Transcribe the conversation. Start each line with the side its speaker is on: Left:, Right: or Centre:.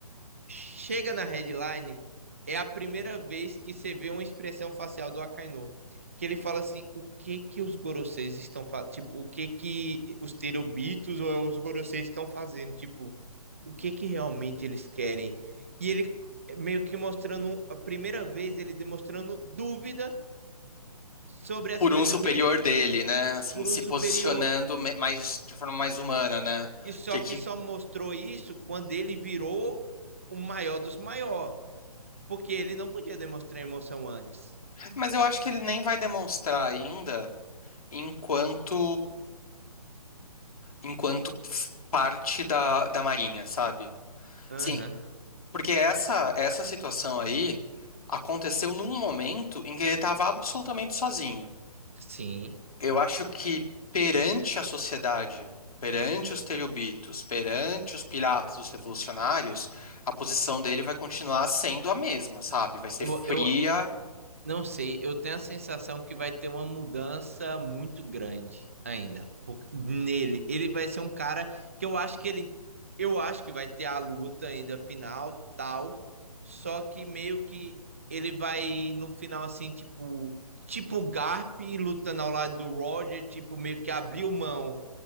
Right: chega na headline, é a primeira vez que você vê uma expressão facial do Akainu. Que ele fala assim: o que que os Goroseis estão fazendo? Tipo, o que que os Terobitos ou os Goroseis estão fazendo? Tipo, o que que realmente eles querem? E ele eh, meio que mostrando, a primeira vez, ele demonstrando dúvida sobre as
Left: Por
Right: coisas
Left: um superior
Right: que ele
Left: dele, né? Assim,
Right: por
Left: se
Right: um superior.
Left: posicionando me- mais, de forma mais humana, né?
Right: E só
Left: que
Right: que só mostrou isso quando ele virou o maior dos maiores Porque ele não podia demonstrar emoção antes.
Left: Mas eu acho que ele nem vai demonstrar ainda enquanto enquanto f- parte da, da Marinha, sabe?
Right: Aham,
Left: Assim, porque essa essa situação aí aconteceu num momento em que ele estava absolutamente sozinho.
Right: sim.
Left: Eu acho que perante a sociedade, perante os terribitos, perante os piratas, os revolucionários, a posição dele vai continuar sendo a mesma, sabe? Vai ser
Right: Eu,
Left: fria.
Right: eu não sei, eu tenho a sensação que vai ter uma mudança muito grande ainda por- nele. Ele vai ser um cara que eu acho que ele, eu acho que vai ter a luta ainda final, tal, só que meio que ele vai no final assim, tipo, tipo o Garp lutando ao lado do Roger, tipo meio que abriu mão